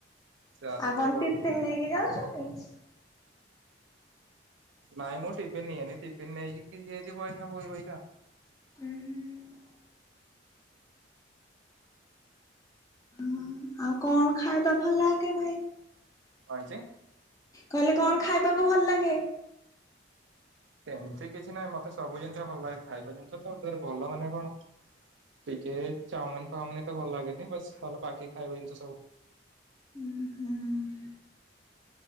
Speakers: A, on the right (about 80°); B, on the left (about 20°).
A: ସେ ଆସିଥିଲେ
B: ଆଉ କଣ
A: ଘରୁ
B: ଟିଫିନ ନେଇକି ଯାଉଛୁ <unintelligible>
A: ନାଇଁ ମୁଁ ଟିଫିିନ ନିଏନି ଟିଫିନ ନେଇକି ଯିଛି ବୋହିଖା ବହି ବହିକା।
B: ହୁଁ ହ ଓ ଆଉ କଣ ଖାଇବା ଭଲ ଲାଗେ ଭାଇ।
A: କଣ ହେଇଚି।
B: କହିଲେ କଣ ଖାଇବାକୁ ଭଲ ଲାଗେ।
A: ସେମିତି କିଛି ନାଇଁ ମତେ ସବୁ ଜିନିଷ ଭଲ ଲାଗେ ଖାଇବା ଜିନିଷ ତ। ତର ଭଲ ମାନେ କଣ? ଟିକେ ଚାଓମିନ ଫାଓମିନ ଏତେ ଭଲ ଲାଗେନି ବାସ ଭଲ ବାକି ଖାଇବା ଜିନିଷ ସବୁ।
B: ଉଁ ହୁଁ।